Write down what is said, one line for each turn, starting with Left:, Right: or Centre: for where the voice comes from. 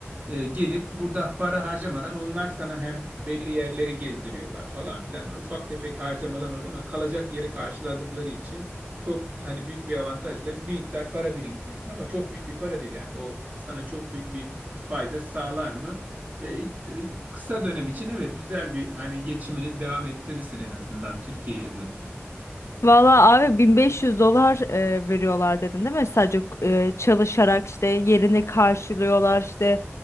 Right: E, gelip burada para harcamadan onlar sana hem belli yerleri gezdiriyorlar falan filan. Ufak tefek harcamalar oluyor ama kalacak yeri karşıladıkları için çok hani büyük bir avantajla bir miktar para biriktiriyorsun ama çok büyük bir para değil yani o sana çok büyük bir fayda sağlar mı? E, it- e, kısa dönem için evet güzel bir hani geçimini devam ettirirsin en azından Türkiye'ye döndüğünde.
Left: Valla abi 1500 dolar e, veriyorlar dedin değil mi? Sadece e, çalışarak işte yerini karşılıyorlar işte